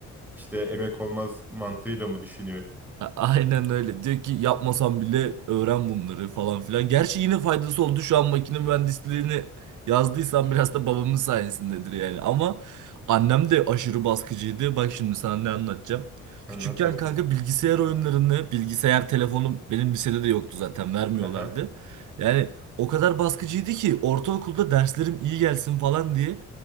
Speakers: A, in the centre; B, on the right.
A: işte emek olmaz mantığıyla mı düşünüyor?
B: A- Aynen öyle. Diyor ki yapmasam bile öğren bunları falan filan. Gerçi yine faydası oldu şu an makine mühendisliğini yazdıysam biraz da babamın sayesindedir yani. Ama annem de aşırı baskıcıydı. Bak şimdi sana ne anlatacağım.
A: Anlat
B: Küçükken
A: bakayım.
B: kanka bilgisayar oyunlarını, bilgisayar telefonu benim lisede de yoktu zaten vermiyorlardı.
A: <laughs>
B: Yani o kadar baskıcıydı ki ortaokulda derslerim iyi gelsin falan diye